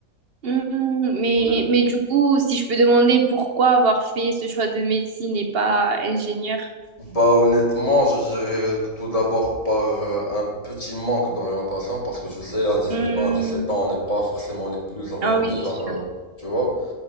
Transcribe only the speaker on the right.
Hmm, mais,
mais du coup, si je peux demander pourquoi avoir fait ce choix de médecine et pas ingénieur?
Hmm,
Ah oui, c'est
sûr.